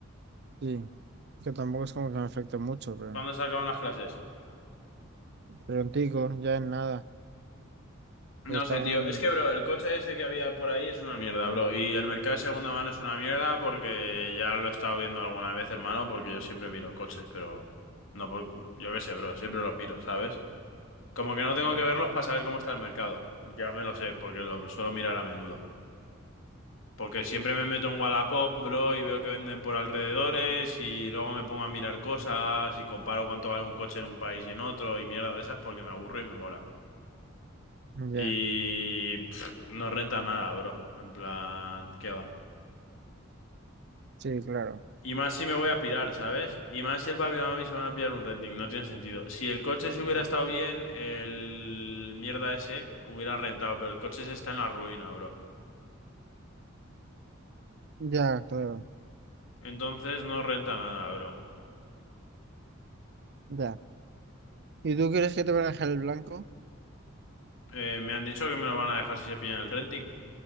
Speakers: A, on the right (about 55°); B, on the left (about 70°).
A: sí. Que tampoco es como que me afecte mucho, pero.
B: ¿Cuándo se acaban las clases?
A: pero Prontico, ya en nada.
B: No
A: Ya estamos.
B: sé, tío. Es que, bro, el coche ese que había por ahí es una mierda, bro. Y el mercado de segunda mano es una mierda porque ya lo he estado viendo alguna vez, hermano, porque yo siempre miro coches, pero no por... Yo qué sé, bro, siempre los miro, ¿sabes? Como que no tengo
A: sí,
B: que verlos para saber cómo está el mercado. Ya me lo sé, porque lo suelo mirar a menudo. Porque siempre me meto en Wallapop, bro, y veo que venden por alrededores y luego me pongo a mirar cosas y comparo cuánto vale un coche en un país y en otro y mierda de esas porque me aburro y me mola.
A: Ya,
B: Y pff, no renta nada, bro. En plan, ¿qué va?
A: sí, claro.
B: Y más si me voy a pirar, ¿sabes? Y más si el papi y la mami se van a pillar un renting, no tiene sentido. Si el coche se hubiera
A: Ya,
B: estado bien, el mierda ese hubiera rentado, pero el coche se está en la ruina, bro.
A: ya, claro.
B: Entonces no renta nada, bro.
A: Ya. ¿Y tú crees que te van a dejar el blanco?
B: Eh, me han dicho que me lo van a dejar si se pillan el renting.